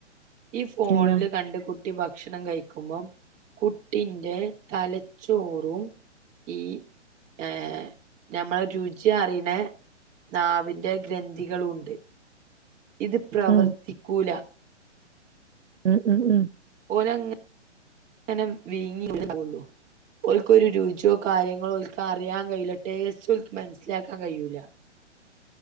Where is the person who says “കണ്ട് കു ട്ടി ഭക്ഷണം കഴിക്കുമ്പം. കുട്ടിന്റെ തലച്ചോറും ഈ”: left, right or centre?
Right